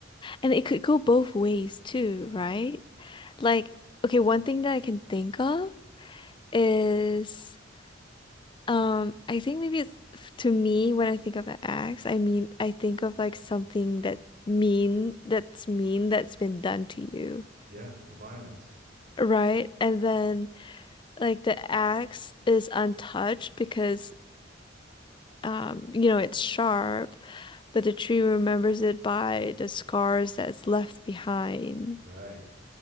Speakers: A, on the left; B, on the right.
A: And it could go both ways too, right? Like, okay, one thing that I can think of. is um I think maybe it's to me when I think of an axe, I mean I think of like something that mean that's mean that's been done to you,
B: Yeah, violence.
A: right? And then like the axe is untouched because um you know it's sharp, but the tree remembers it by the scars that's left behind.
B: Right.